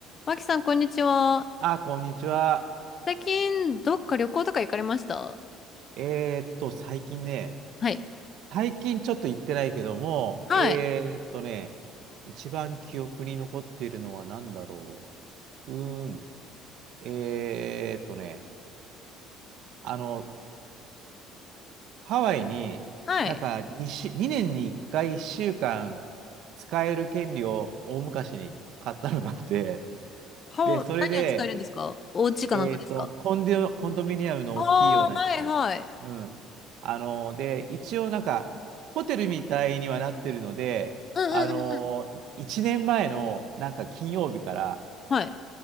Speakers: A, on the left; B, on the right.
A: マキさん、こんにちは。
B: あ、こんにちは。
A: 最近、どっか旅行とか行かれました
B: えーっと、最近ね、
A: はい。
B: 最近ちょっと行ってないけども、
A: はい。
B: えーっとね、一番記憶に残っているのは何だろう。うーん。えーっとね、あの、ハワイに、
A: はい。
B: なんか2、2年に1回1週間使える権利を大昔に買ったのがあって、
A: は、
B: で、それで、
A: 何を使えるんですかお家かなんかですか
B: えっと、コンデュ、コンドミニアムの大きいようなやつ。
A: ああー、はい、はい。
B: うん。あの、で、一応なんか、ホテルみたいにはなってるので、
A: うんうんうんうん。
B: あの、1年前のなんか金曜日から、
A: はい。